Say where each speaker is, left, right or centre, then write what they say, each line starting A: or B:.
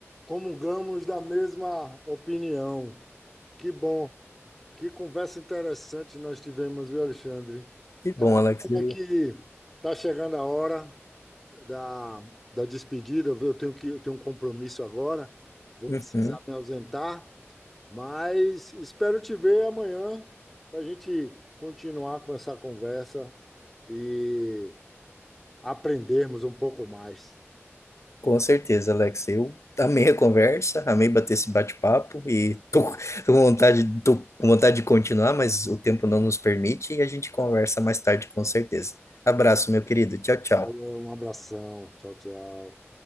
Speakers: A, in the centre; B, on the left.
A: Comungamos da mesma opinião. Que bom, que conversa interessante nós tivemos, viu, Alexandre?
B: Que bom,
A: É uma
B: Alex.
A: pena
B: Eu-
A: que está chegando a hora da, da despedida, viu? Eu tenho que, eu tenho um compromisso agora, vou
B: Uhum.
A: precisar me ausentar. Mas espero te ver amanhã para a gente continuar com essa conversa e aprendermos um pouco mais.
B: Com certeza, Alex. Eu amei a conversa, amei bater esse bate-papo e tô, tô com vontade, tô com vontade de continuar, mas o tempo não nos permite e a gente conversa mais tarde, com certeza. Abraço, meu querido. Tchau, tchau.
A: Alô, um abração. Tchau, tchau.